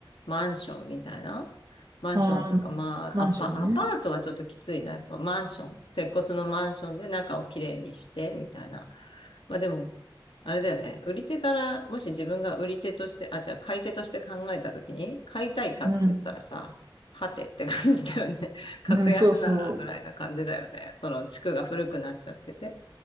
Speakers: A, on the left; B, on the right.
A: マンションみたいな。マンションというか、
B: ああ、
A: まあ、
B: マンションね。
A: アパ、アパートはちょっときついな。やっぱマンション。鉄骨のマンションで中をきれいにして、みたいな。まあでも、あれだよね。売り手から、もし自分が売り手として、あ、じゃあ買い手として考えたときに、買いたいかって言ったらさ、
B: うん。
A: はてって感じだよね。<laughs> 格安ならぐらいな感じだよね。
B: うん、そうそう。
A: その地区が古くなっちゃってて。